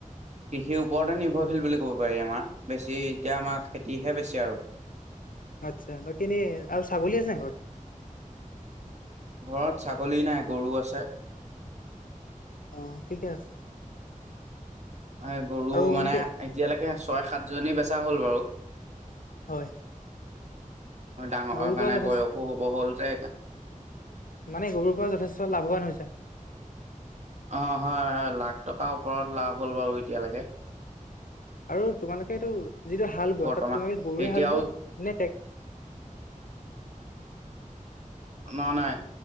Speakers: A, on the right; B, on the left.
A: কৃষিৰ ওপৰতে নিৰ্ভৰশীল বুলি ক'ব পাৰি আমাৰ, বেছি এতিয়া আমাৰ খেতিহে বেছি আৰু।
B: আচ্ছা, বাকী এনেই আৰু ছাগলী আছে নে ঘৰত?
A: ঘৰত ছাগলী নাই, গৰু আছে।
B: অ', ঠিকেই আছে।
A: এ গৰু
B: আৰু
A: মানে,
B: এনেকে
A: এতিয়ালৈকে ছয় সাতজনী বেচা হ'ল বাৰু।
B: হয়।
A: ডাঙৰ
B: গৰুৰ
A: মানে,
B: পৰা যথেষ্ট
A: বয়সো হ'ব হ'ল যে সেইকাৰণে।
B: মানে গৰুৰ পৰা যথেষ্ট লাভৱান হৈছে।
A: অ', হয় হয়, লাখ টকাৰ ওপৰত লাভ হ'ল বাৰু এতিয়ালৈকে।
B: আৰু তোমালোকে এইটো যিটো হাল
A: বৰ্তমান
B: বোৱা তাত তোমালোকে গৰুৱে
A: এতিয়াও
B: হাল বোৱা, নে টেক
A: নাই নাই,